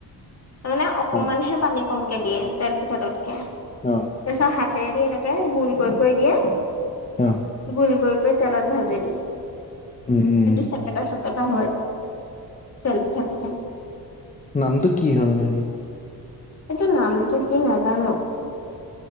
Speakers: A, on the left; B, on the left.
A: তাৰ মানে, অকমানহে
B: অ
A: পানী কমকে দিয়ে, তেল পিঠা টোতকে,
B: অ
A: তাৰপাছত হাত তে দি এনেকে গোল কৰি-কৰি দিয়ে
B: অ
A: গোল কৰি-কৰি তেলত ভাজি দিয়ে।
B: উম উম
A: কিন্তু চেপেটা-চেপেটা হয়, তেল পিঠাতকে।
B: নামটো কি হয় মানে সেইটো?
A: সেইটো নামটো কি নাজানো।